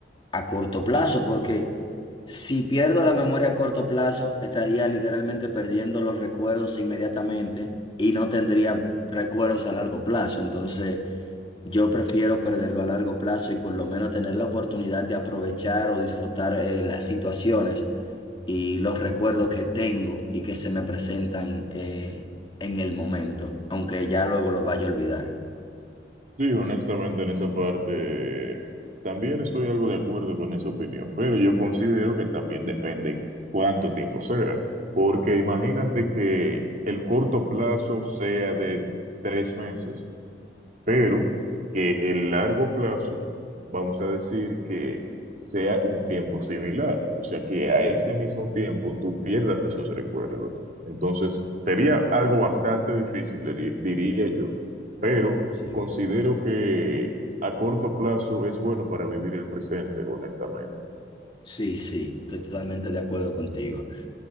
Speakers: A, on the left (about 30°); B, on the right (about 50°).
A: a corto plazo, porque si pierdo la memoria a corto plazo, estaría literalmente perdiendo los recuerdos inmediatamente y no tendría recuerdos a largo plazo. Entonces, yo prefiero perderlo a largo plazo y por lo menos tener la oportunidad de aprovechar o disfrutar eh, las situaciones y los recuerdos que tengo y que se me presentan eh, en el momento, aunque ya luego los vaya a olvidar.
B: Sí, honestamente en esa parte también estoy algo de acuerdo con esa opinión, pero yo considero que también depende cuánto tiempo sea, porque imagínate que el corto plazo sea de tres meses pero que el largo plazo, vamos a decir que sea un tiempo similar, o sea, que a ese mismo tiempo tú pierdas esos recuerdos. Entonces, sería algo bastante difícil, diri- diría yo, pero
A: Sí.
B: considero que a corto plazo es bueno para vivir el presente, honestamente.
A: Sí, sí, estoy totalmente de acuerdo contigo.